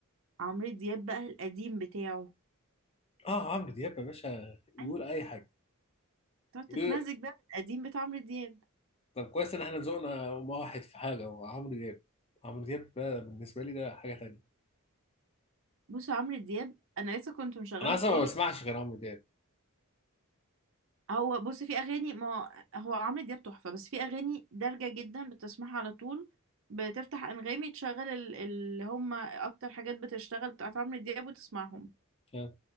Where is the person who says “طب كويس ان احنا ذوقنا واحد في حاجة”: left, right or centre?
Left